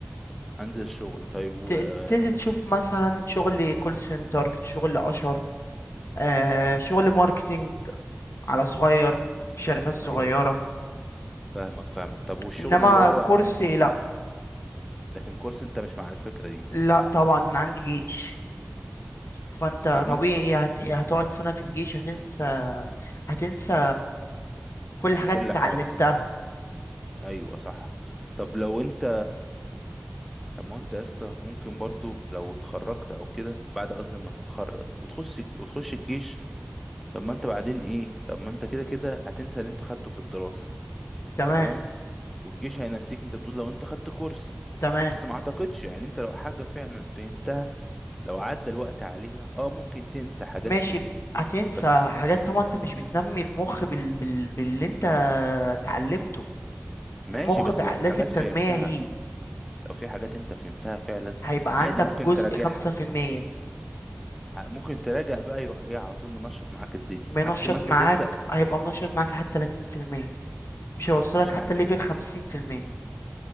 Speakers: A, in the centre; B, on the left.
A: انزل شغل طيب و...
B: ت-
A: آه،
B: تنزل تشوف مثلا شغل كول سنتر شغل اشهر آه شغل ماركتينج على صغير في شركات صغيرة
A: ايوه فاهم فاهمك فاهمك طب والشغل
B: انما
A: اللي هو
B: كورس لا
A: لكن كورس انت مش مع الفكرة دي
B: لا طبعا عندي جيش فانت
A: طب ما
B: طبيعي
A: انت
B: هت... هتقعد سنة في الجيش هتنسى هتنسى كل حاجة
A: كل
B: انت
A: حاجة
B: اتعلمتها
A: ايوه صح طب لو انت طب ما انت يا اسطى ممكن برضو لو اتخرجت او كده بعد قصدي ما تتخرج وتخش وتخش الجيش طب ما انت بعدين ايه طب ما انت كده كده هتنسى اللي انت خدته في الدراسة
B: تمام
A: تمام والجيش هينسيك انت بتقول لو انت خدت كورس
B: تمام
A: بس ما اعتقدش يعني انت لو حاجة فعلا فهمتها لو عدى الوقت عليها اه ممكن تنسى حاجات
B: ماشي
A: فيها
B: هتنسى
A: بس
B: حاجات طبعا انت مش بتنمي المخ بال... بال... باللي انت اتعلمته
A: ماشي
B: المخ
A: بس
B: بع-
A: لو في
B: لازم
A: حاجات
B: تنمية
A: فهمتها
B: ليه
A: لو في حاجات انت فهمتها فعلا
B: هيبقى
A: عادي
B: عندك
A: ممكن
B: جزء
A: تراجعها
B: خمسة في المية
A: ع- ممكن تراجع بقى يروح ايه على طول منشط معاك الدنيا
B: منشط
A: عكس ما انت
B: معاك
A: تبدأ
B: هيبقى منشط معاك لحد تلاتين في المية مش هيوصلك
A: مش
B: حتى
A: ع...
B: ليفل خمسين في المية